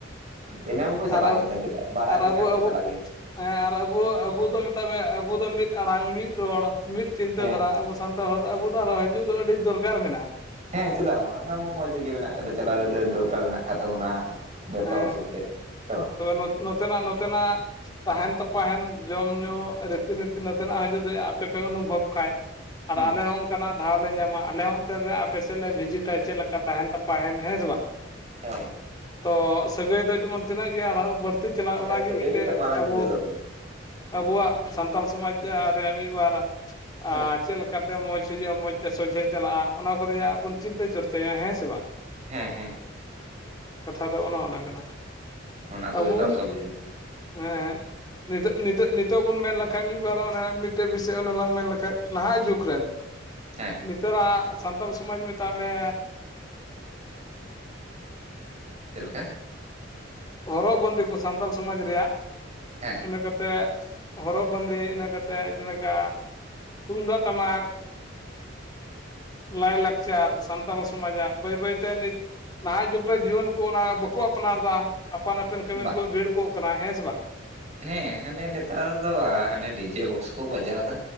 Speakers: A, on the right; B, on the left.
A: ᱮᱱᱟᱹ ᱢᱟᱠᱚ ᱪᱟᱞᱟᱜ
B: ᱟᱨ ᱟᱵᱚ
A: ᱜᱮᱭᱟ ᱪᱮᱫᱟᱜ ᱵᱟᱲᱟᱭ
B: ᱟᱨ
A: ᱛᱟᱦᱮᱱ
B: ᱟᱵᱚ
A: ᱠᱷᱟᱱ ᱫᱚᱠᱚ
B: ᱟᱵᱚ
A: ᱪᱟᱞᱟᱜ ᱜᱮᱭᱟ᱾
B: ᱦᱮᱸ ᱟᱨ ᱟᱵᱚ ᱟᱵᱚ ᱫᱚ ᱢᱮᱛᱟᱜ ᱢᱮ ᱟᱵᱚ ᱫᱚ ᱢᱤᱫ ᱟᱲᱟᱝ ᱢᱤᱫ ᱨᱚᱲ ᱢᱤᱫ ᱪᱤᱱᱛᱟᱹ
A: ᱦᱮᱸ
B: ᱫᱷᱟᱨᱟ ᱟᱵᱚ ᱥᱟᱱᱛᱟᱲ ᱦᱚᱲ ᱫᱚ ᱟᱵᱚ ᱫᱚ ᱟᱨᱚᱸ ᱦᱤᱡᱩᱜ ᱫᱚ ᱟᱹᱰᱤ ᱫᱚᱨᱠᱟᱨ ᱢᱮᱱᱟᱜᱼᱟ᱾
A: ᱦᱮᱸ ᱪᱮᱫᱟᱜ ᱵᱟᱝ ᱚᱱᱟ ᱢᱟ ᱢᱚᱸᱡᱽ ᱜᱮ ᱢᱮᱱᱟᱜ ᱟᱠᱟᱫᱟ ᱪᱟᱞᱟᱣ ᱨᱮ ᱫᱚᱨᱠᱟᱨ ᱢᱮᱱᱟᱜ ᱟᱠᱟᱫ ᱛᱟᱵᱚᱱᱟ᱾ ᱡᱚᱛᱚ
B: ᱦᱮᱸ
A: ᱦᱚᱲ ᱥᱟᱛᱮᱜ ᱥᱮ ᱵᱟᱝ᱾
B: ᱛᱚᱵᱮ ᱱᱚᱛ ᱱᱚᱛᱮ ᱱᱟᱜ ᱱᱚᱛᱮ ᱱᱟᱜ ᱛᱟᱦᱮᱱ ᱛᱟᱯᱟᱦᱮᱱ ᱡᱚᱢ ᱧᱩᱩ ᱨᱤᱛᱤᱱᱤᱛᱤ ᱱᱚᱛᱮᱱᱟᱜ ᱦᱚᱸ ᱡᱩᱫᱤ ᱟᱯᱮ ᱯᱮ ᱚᱱᱩᱵᱷᱚᱵ ᱠᱷᱟᱡ᱾ ᱟᱨ
A: ᱦᱩᱸ
B: ᱟᱞᱮ ᱦᱚᱸ ᱚᱱᱠᱟᱱᱟᱜ ᱫᱷᱟᱣᱞ ᱞᱮ ᱧᱟᱢᱟ ᱟᱞᱮ ᱦᱚᱸ ᱚᱱᱛᱮ ᱨᱮ ᱟᱯᱮ ᱥᱮᱫ ᱞᱮ ᱵᱷᱤᱡᱤᱴᱟ ᱪᱮᱫ ᱞᱮᱠᱟ ᱛᱟᱦᱮᱱ ᱛᱟᱯᱟᱦᱮᱱ ᱦᱮᱸ ᱥᱮ ᱵᱟᱝ?
A: ᱦᱮᱸ
B: ᱛᱚ ᱥᱟᱹᱜᱟᱹᱭ ᱫᱚ ᱡᱮᱢᱚᱱ ᱛᱤᱱᱟᱹᱜ ᱜᱮ ᱟᱨᱦᱚᱸ ᱵᱟᱹᱲᱛᱤ ᱪᱟᱞᱟᱜ
A: ᱵᱟᱠᱷᱟᱡ
B: ᱚᱱᱟᱜᱮ
A: ᱥᱟᱹᱜᱟᱹᱭ
B: ᱢᱤᱫᱴᱮᱡ
A: ᱜᱮᱛᱚ ᱢᱟᱨᱟᱝ
B: ᱟᱵᱚ
A: ᱡᱤᱱᱤᱥ ᱫᱚ ᱠᱟᱱᱟ᱾
B: ᱟᱵᱚᱣᱟᱜ ᱥᱟᱱᱛᱟᱞ ᱥᱚᱢᱟᱡᱽ ᱨᱮᱭᱟᱜ ᱢᱤᱜᱵᱟᱨ
A: <inaudible>
B: ᱟ ᱪᱮᱫ ᱞᱮᱠᱟᱛᱮ ᱢᱚᱸᱡᱽ ᱦᱩᱭᱩᱜᱼᱟ᱾ ᱢᱚᱸᱡᱽ ᱛᱮ ᱥᱚᱡᱷᱮ ᱪᱟᱞᱟᱜᱼᱟ᱾ ᱚᱱᱟ ᱠᱚ ᱨᱮᱭᱟᱜ ᱵᱚᱱ ᱪᱤᱱᱛᱟᱹ ᱪᱚᱨᱪᱟᱭᱟ ᱦᱮᱸ ᱥᱮ ᱵᱟᱝ?
A: ᱦᱮᱸ ᱦᱮᱸ
B: ᱠᱟᱛᱷᱟ ᱫᱚ ᱚᱱᱮ ᱚᱱᱟ ᱠᱟᱱᱟ᱾
A: ᱚᱱᱟ ᱠᱚᱜᱮ
B: ᱟᱵᱚ
A: ᱛᱚ
B: ᱵᱚᱱ
A: ᱟᱥᱚᱞ ᱡᱤᱱᱤᱥ ᱫᱚ᱾
B: ᱦᱮᱸ ᱦᱮᱸ ᱱᱤᱛᱚᱜ ᱱᱤᱛᱚᱜ ᱱᱤᱛᱚᱜ ᱵᱚᱱ ᱢᱮᱱ ᱞᱮᱠᱷᱟᱡ ᱢᱤᱫ ᱵᱟᱨ ᱢᱤᱫᱴᱮᱡ ᱵᱤᱥᱚᱭ ᱚᱱᱮ ᱞᱟᱝ ᱢᱮᱱ ᱞᱮᱠᱷᱟᱡ ᱱᱟᱦᱟᱜ ᱡᱩᱜᱽ ᱨᱮᱱ
A: ᱦᱮᱸ
B: ᱱᱮᱛᱟᱨᱟᱜ ᱥᱟᱱᱛᱟᱞ ᱥᱚᱢᱟᱡᱽ ᱢᱮᱛᱟᱜ ᱢᱮ
A: ᱪᱮᱫ ᱞᱮᱠᱟ?
B: ᱦᱚᱨᱚᱜ ᱵᱟᱸᱫᱮ ᱠᱚ ᱥᱟᱱᱛᱟᱞ ᱥᱚᱢᱟᱡᱽ ᱨᱮᱭᱟᱜ
A: ᱦᱮᱸ
B: ᱚᱱᱮᱠᱟ ᱛᱮ ᱦᱚᱨᱚᱜ ᱵᱟᱸᱫᱮ ᱤᱱᱟᱹ ᱠᱟᱛᱮᱜ ᱡᱮᱞᱮᱠᱟ ᱛᱩᱢᱫᱟᱜ ᱴᱟᱢᱟᱠ ᱞᱟᱹᱭ ᱞᱟᱠᱪᱟᱹᱨ ᱥᱟᱱᱛᱟᱲ ᱥᱚᱢᱟᱡᱟᱜ ᱵᱟᱹᱭ ᱵᱟᱹᱭᱛᱮ ᱱᱤᱛ ᱱᱟᱦᱟᱜ ᱡᱩᱜᱽᱨᱮ ᱡᱩᱣᱟᱱ ᱠᱚ ᱚᱱᱟ ᱵᱟᱹᱠ ᱠᱚ ᱟᱯᱱᱟᱨᱫᱟ ᱟᱯᱟᱱ ᱟᱹᱯᱤᱱ ᱠᱟᱹᱢᱤ
A: ᱵᱟ
B: ᱨᱮᱠᱚ ᱵᱷᱤᱲ ᱠᱚᱜ ᱠᱟᱱᱟ ᱦᱮᱸ ᱥᱮ ᱵᱟᱝ᱾
A: ᱦᱮᱸ ᱦᱟᱱᱮ ᱱᱮᱛᱟᱨ ᱫᱚ ᱦᱟᱱᱮ ᱰᱤᱡᱮ ᱵᱚᱠᱥ ᱠᱚ ᱵᱟᱡᱟᱣᱫᱟ